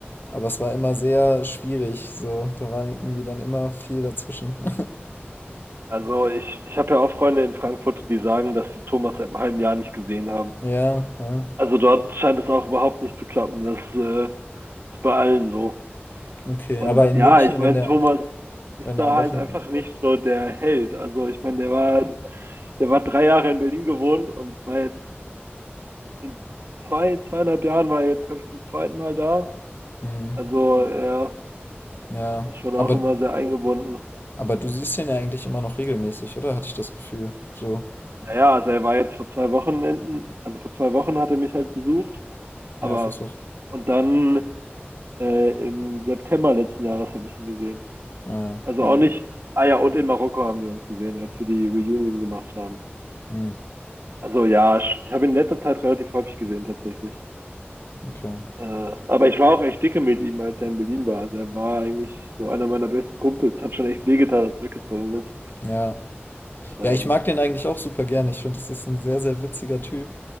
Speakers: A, on the left (about 50°); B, on the right (about 65°).
A: Aber es war immer sehr schwierig, so. Da war irgendwie dann immer viel dazwischen. <laughs>
B: Also ich, ich habe ja auch Freunde in Frankfurt, die sagen, dass sie Thomas seit einem halben Jahr nicht gesehen haben.
A: Ja, ja.
B: Also dort scheint es auch überhaupt nicht zu klappen. Das äh, ist bei allen so.
A: Okay,
B: Und
A: aber in
B: ja,
A: München,
B: ich meine,
A: wenn der,
B: Thomas ist
A: wenn
B: da
A: der am Wochenende.
B: halt einfach nicht so der Held. Also ich meine, der war, der war drei Jahre in Berlin gewohnt und war jetzt in zwei, zweieinhalb Jahren war er jetzt, glaube ich, zum zweiten Mal da
A: Hm,
B: Also er
A: ja.
B: ist schon
A: Aber,
B: auch immer sehr eingebunden.
A: aber du siehst den ja eigentlich immer noch regelmäßig, oder? Hatte ich das Gefühl. So.
B: Naja, also er war jetzt vor zwei Wochenenden, also vor zwei Wochen hat er mich halt besucht, aber
A: Ja, fürs Wochenende.
B: und dann äh, im September letzten Jahres habe ich ihn gesehen.
A: Ah
B: Also
A: ja,
B: auch
A: okay.
B: Hm. nicht, ah ja, und in Marokko haben wir uns gesehen, als wir die Reunion gemacht haben.
A: Hm,
B: Also ja, sch- ich habe ihn in letzter Zeit relativ häufig gesehen tatsächlich.
A: okay.
B: Äh, aber ich war auch echt dicke mit ihm, als er in Berlin war. Also er war eigentlich so einer meiner besten Kumpels. Hat schon echt wehgetan, als er weggezogen ist.
A: Ja.
B: Ähm,
A: Ja, ich mag den eigentlich auch super gerne. Ich finde, das ist ein sehr, sehr witziger Typ.